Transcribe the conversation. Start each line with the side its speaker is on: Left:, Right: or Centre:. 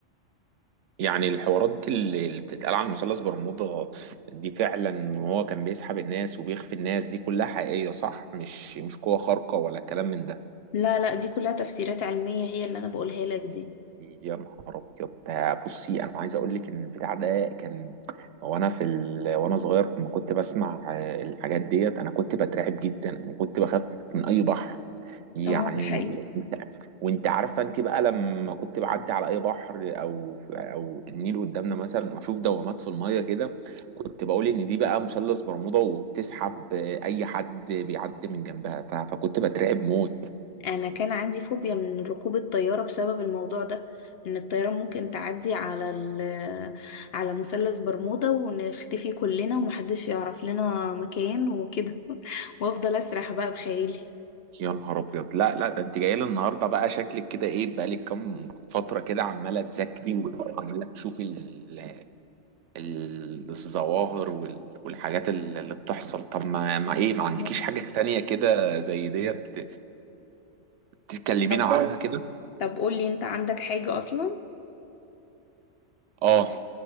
Right: يعني الحوارات اللي اللي بتتقال على مثلث برمودا دي فعلا وهو كان بيسحب الناس وبيخفي الناس دي كلها حقيقية صح مش مش قوة خارقة ولا كلام من ده
Left: لا لا دي كلها تفسيرات علمية هي اللي انا بقولها لك دي
Right: يا نهار ابيض ده بصي انا عايز اقول لك ان البتاع ده كان وانا في ال... وانا صغير لما كنت بسمع آه، الحاجات ديت انا كنت بترعب جدا وكنت بخاف من اي بحر يعني
Left: اه ده حقيقي
Right: و- وانت وانت عارفه انت بقى لما كنت بعدي على اي بحر او او النيل قدامنا مثلا واشوف دوامات في الميه كده كنت بقول ان دي بقى مثلث برمودا وبتسحب آه، اي حد بيعدي من جنبها ف... فكنت بترعب موت
Left: انا كان عندي فوبيا من ركوب الطياره بسبب الموضوع ده ان الطياره ممكن تعدي على ال على مثلث برمودا ونختفي كلنا ومحدش يعرف لنا مكان وكده <laughs> وافضل اسرح بقى بخيالي
Right: يا نهار ابيض لا لا ده انت جاي لي النهارده بقى شكلك كده ايه بقالك كام فتره كده عماله تذاكري وعماله تشوفي ال- ال- الظواهر وال- والحاجات ال- اللي بتحصل طب ما ما ايه ما عندكيش
Left: مم.
Right: حاجه تانية كده زي ديت تتكلمينا
Left: طب
Right: عنها كده
Left: طب قولي انت عندك حاجه اصلا
Right: اه